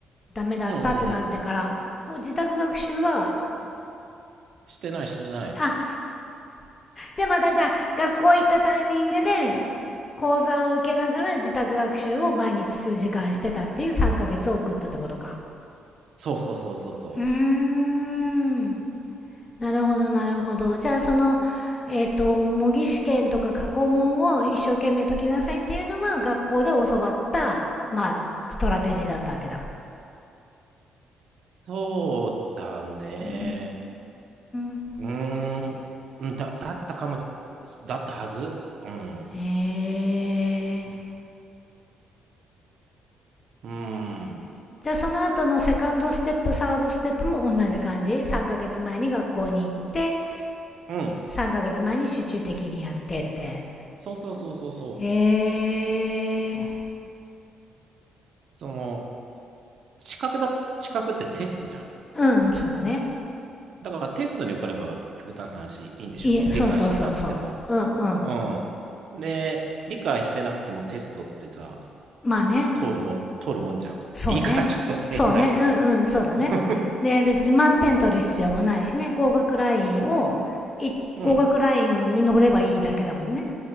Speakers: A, on the left; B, on the right.
A: ダメだったってなってから、
B: うんうんうん。
A: 自宅学習は、
B: してないしてない。
A: あ、でまたじゃあ学校行ったタイミングで講座を受けながら自宅学習を毎日数時間してたっていう3ヶ月を送ったってことか。
B: そうそうそうそうそう。
A: うーん。なるほど、なるほど。じゃあ、その、えっ、と、模擬試験とか過去問を一生懸命解きなさいっていうのは、学校で教わった、まあ、ストラテジーだったわけだ。
B: そうだね。
A: うーん。
B: うーん。うんだ、だったかも、だったはず。うん。
A: へえ。
B: うん。
A: じゃあ、その後のセカンドステップ、サードステップも同じ感じ ?3 ヶ月前に学校に行って、
B: うん。
A: 3ヶ月前に集中的にやってって。
B: そうそうそうそうそう。
A: ええ。
B: その、資格だ、資格ってテストじゃん。
A: うん、そうだね。
B: だからテストに受かれば極端な話いいんでしょ理解してなくても。
A: いえ、そうそうそうそう。うんうん。
B: うん。で、理解してなくてもテストってさ、
A: まあね。
B: 通るもん、通るもんじゃん。
A: そうね。
B: 言い方ちょっと変だけど。
A: そうね。うんうん、そうだね。
B: <laughs>
A: で、別に満点取る必要もないしね、
B: うん。
A: 合格ラインを、
B: つ
A: い合格ラインに乗ればいいだけだもんね。
B: うん